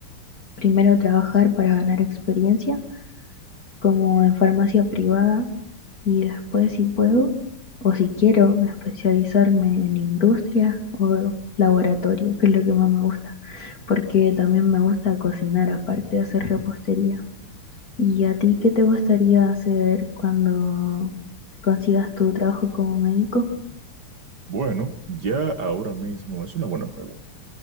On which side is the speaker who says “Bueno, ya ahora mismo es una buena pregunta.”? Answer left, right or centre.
Right